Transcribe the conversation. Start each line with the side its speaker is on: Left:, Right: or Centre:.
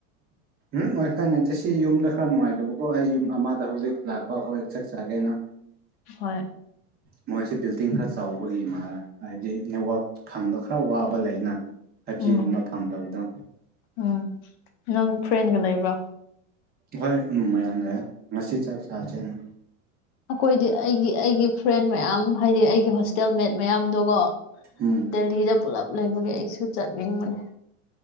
Right: ꯎꯝ ꯋꯥꯏꯐꯥꯏ ꯅꯦꯠꯇꯦ ꯁꯤ ꯌꯨꯝꯗ ꯈꯔ ꯅꯨꯡꯉꯥꯏꯇꯕꯀꯣ ꯑꯩ ꯌꯨꯝ ꯑꯃꯗ ꯍꯧꯖꯤꯛ ꯂꯥꯛꯄ ꯑꯩꯈꯣꯏ ꯆꯥꯛ ꯆꯥꯒꯦꯅ꯫
Left: ꯍꯣꯏ
Right: ꯃꯣꯏꯁꯤ ꯕꯤꯜꯗꯤꯡ ꯈꯔ ꯆꯥꯎꯕꯒꯤ ꯃꯥꯂꯦ ꯍꯥꯏꯗꯤ ꯅꯦꯠꯋꯥꯛ ꯐꯪꯕ ꯈꯔ ꯋꯥꯕ ꯂꯩ ꯐꯥꯏꯄꯖꯤ
Left: ꯎꯝ
Right: ꯒꯨꯝꯕ ꯐꯪꯗꯕꯗꯣ꯫
Left: ꯎꯝ ꯅꯪ ꯐ꯭ꯔꯦꯟꯒ ꯂꯩꯕ꯭ꯔꯣ꯫
Right: ꯍꯣꯏ ꯃꯌꯥꯝ ꯂꯩꯌꯦ ꯉꯁꯤ ꯆꯥꯛ ꯆꯥꯁꯦꯅ
Left: ꯑꯩꯈꯣꯏꯗꯤ ꯑꯩꯒꯤ ꯑꯩꯒꯤ ꯐ꯭ꯔꯦꯟ ꯃꯌꯥꯝ ꯍꯥꯏꯗꯤ ꯑꯩꯒꯤ ꯍꯣꯁꯇꯦꯜ ꯃꯦꯠ ꯃꯌꯥꯝꯗꯨꯒ
Right: ꯎꯝ
Left: ꯗꯦꯜꯂꯤꯗ ꯄꯨꯂꯞ ꯂꯩꯕꯒꯤ ꯑꯩꯁꯨ ꯆꯠꯅꯤꯡꯕꯅꯦ